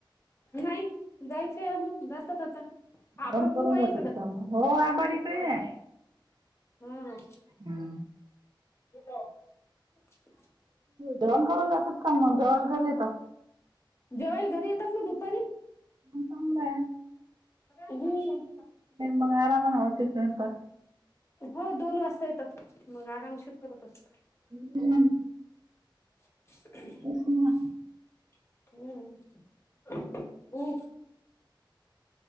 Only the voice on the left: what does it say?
नाही जायचंय अजून, जातात
आबाळ खूप
आहे
इकडं.
हम्म.
<unintelligible>
जेवायला घरी येतात ना दुपारी.
हम.
हो, दोन वाजता येतात मग, आरामशीर करत असतो.
<inaudible>
हम्म.. <unintelligible>